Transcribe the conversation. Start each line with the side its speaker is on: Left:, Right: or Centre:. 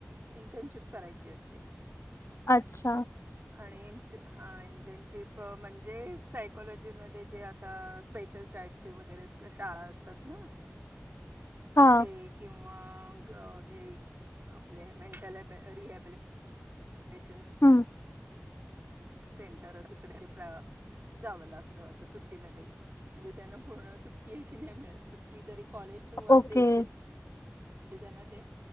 Right: इंटर्नशिप करायची असते.
Left: अच्छा.
Right: आणि इंट हां इंटर्नशिप म्हणजे सायकॉोलॉजीमध्ये जे आता स्पेशल. शईडची वगैरे शाळा असतात ना तिथे.
Left: हा.
Right: किंवा हे आपले मेंटलब रिहेॅबिली. लाशनस.
Left: हम्म.
Right: सेंटर तिकडे ते प्रा. जावं लागतं असं सुट्टीमध्ये म्हणजे त्यांना पूर्ण सुट्टी अशी नाही मिळत सुट्टी जरी. कॉलेज थ्रू असले
Left: ओके.
Right: तरी त्यांना ते.